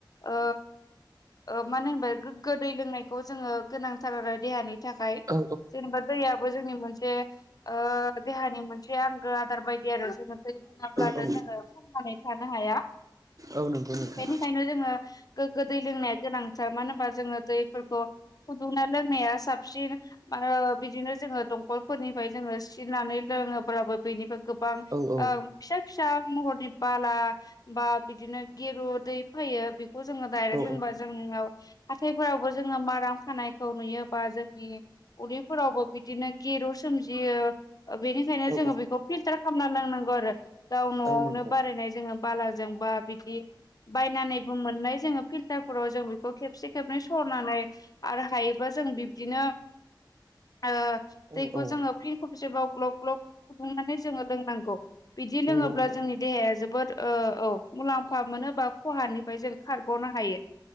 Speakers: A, on the left (about 50°); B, on the right (about 45°).
A: ओ ओ मानो होनबा गोग्गो दै लोंनायखौ जोङो गोनांथार आरो देहानि थाखाय
B: औ
A: जेनेबा दैयाबो जोंनि मोनसे ओ देहानि मोनसे आंगो आदार बायदि आरो जोङो दै लोङाब्लानो
B: औ औ
A: जोङो थांनानै थानो हाया।
B: औ नंगौ नोंथां
A: बेनिखायनो जोङो गोग्गो दै लोंनाया गोनांथार मानो होनबा जोङो दैफोरखौ फुदुंना लोंनाया साबसिन आरो बिदिनो जोङो दंखलफोरनिफ्राय जोङो सिनानै लोङोब्लाबो बेनिफ्राय गोबां
B: औ औ
A: ओ फिसा फिसा महरनि बाला बा बिदिनो गिरु दै फैयो बे जों दायरेक
B: औ
A: लोंबा आव हाथायफोरावबो जोङो माराम खानायखौ नुयोबा जोंनि उदैफोरावबो बिदिनो गेरु समोमजियो ओ बेनिखायनो
B: औ
A: जोङो बेखौ फिल्टार खालामना लोंनांगौ आरो गाव न'आवनो
B: औ नंगौ
A: बारायनाय जोङो बालाजों बा बिदि बायनानैबो मोननाय जोङो फिल्टार फोराव जों बेखौ खेबसे खेबनै सरनानै आरो हायोबा जों बिब्दिनो ओ
B: औ
A: दैखौ
B: औ
A: जोङो फिन खबसेबाव ग्लब-ग्लब फुदुंनानै जोङो लोंनांगौ बिदि
B: नंगौ
A: लोङोब्ला
B: नंगौ
A: जोंनि देहाया जोब बोद ओ औ मुलाम्फा मोनोबा खहानिफ्राय जों खारग'नो हायो